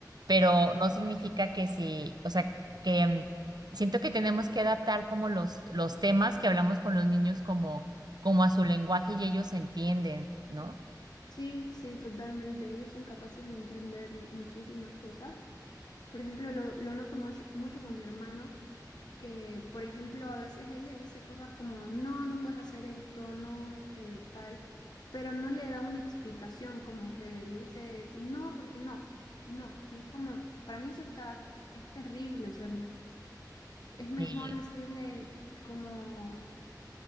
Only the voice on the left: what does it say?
Sí, sí, totalmente. Ellos son capaces de entender muchísimas cosas Por ejemplo, lo, lo noto mucho, mucho con mi hermano, que por ejemplo a veces él le dice cosas como, no, no puedes hacer esto, no, que tal, pero no le da una explicación, como que le dice, no, porque no, y no. Y es como, para mí eso está, es terrible, o sea, es mejor
decirle como,